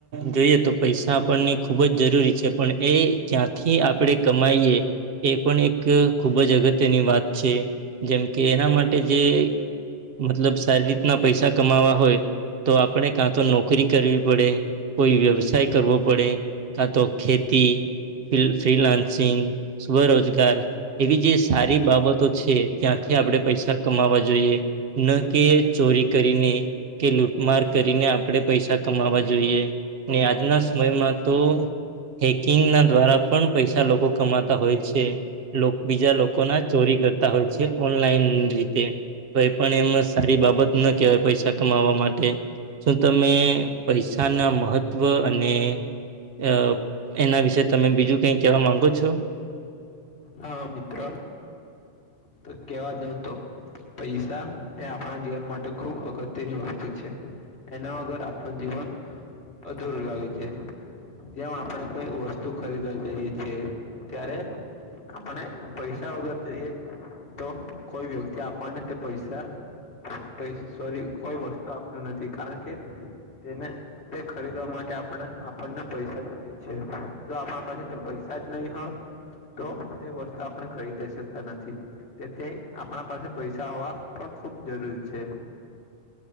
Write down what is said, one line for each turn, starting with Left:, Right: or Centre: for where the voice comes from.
Right: જોઈએ તો પૈસા આપણને ખૂબ જ જરૂરી છે પણ એ ક્યાંક થી આપણેે કમાઈએ. એ પણ એક ખૂબ જ અગત્યની વાત છે, જેમ કે એના માટે જે મતલબ સારી રીતના પૈસા કમાવા હોય. તો આપણે કાં તો નોકરી કરવી પડે, કોઈ વ્યવસાય કરવો પડે. કા તો ખેતી, ફિલ ફ્રીલાન્સિંગ, સ્વરોજગાર એવી જે સારી બાબતો છે, ત્યાંથી આપણે પૈસા કમાવા જોઈએ. ન કે ચોરી કરીને કે લૂટ માર કરીને આપણે પૈસા કમાવા જોઈએ ને આજના સમયમાં તો હેકિંગના દ્વારા પણ પૈસા લોકો કમાતા હોય છે. લોક બીજા લોકોના ચોરી કરતા હોય છે ઓનલાઈન રીતે કઈ પણ એમાં સારી બાબત ન કહેવાય પૈસા કમાવા મા ટે શું તમે પૈસાના મહત્વ અને અહ એના વિશે તમે બીજું કંઈ કહેવા માંગો છો?
Left: હા, મિત્ર તો કેવા જવ તો પૈસા એ આપડા જીવન માટે ખુબ અગત્યની વસ્તુ છે. એના વગર આપડુ જીવન અધૂરું લાગે છે. જેમ આપડે કઈ વસ્તુ ખરીદવા જઈએ છે ત્યારે આપણે પૈસા વગર જઈએ તો કોઈ વ્યક્તિ આપણને તે પૈસા પ સોરી કોઈ વસ્તુ આપતું નથી કારણકે તેને તે ખરીદવા માટે આપણે આપણને પૈસા જોઈએ છે, જો આપણા પૈસા જ નહીં હોય તો તે વસ્તુ આપણે ખરીદે શકતા નથી. તેથી આપણા પાસે પૈસા હોવા પણ ખુબ જરૂરી છે.